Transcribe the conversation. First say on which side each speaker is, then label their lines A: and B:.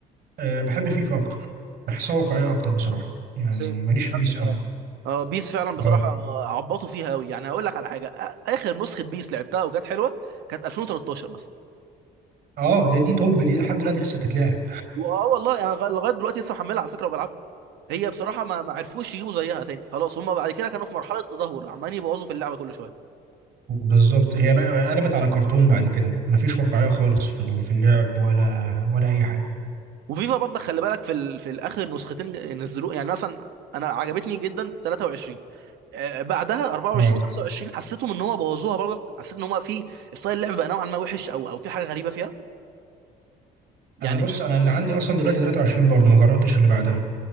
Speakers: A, on the right; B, on the right.
A: أه بحب فيفا اكتر بحسها واقعيه اكتر بصراحه يعني
B: سيم
A: ماليش في
B: نفس
A: بيس
B: الكلام
A: قوي
B: اه بيس فعلا
A: اه
B: بصراحه عبطوا فيها قوي يعني هقول لك على حاجه آ- اخر نسخه بيس لعبتها وكانت حلوه كانت 2013 مثلا
A: اه ده دي توب دي لحد دلوقتي لسه بتتلعب
B: واه والله انا لغ- لغايه دلوقتي لسه محملها على فكره وبلعبها هي بصراحه ما ما عرفوش يجيبوا زيها تاني خلاص هم بعد كده كانوا في مرحله تدهور عمالين يبوظوا في اللعبه كل شويه
A: بالظبط هي بقى قلبت على كرتون بعد كده مفيش واقعيه خالص في ال- في اللعب ولا ولا اي حاجه
B: وفيفا برضه خلي بالك في ال... في الاخر نسختين ج- نزلوه يعني مثلا انا عجبتني جدا 23 آه، بعدها 24
A: اه
B: و25 حسيتهم ان هو بوظوها برضه حسيت ان هو في ستايل اللعب بقى نوعا ما وحش او او في حاجه غريبه فيها يعني
A: انا بص انا اللي عندي اصلا دلوقتي 23 برضه ما جربتش اللي بعدها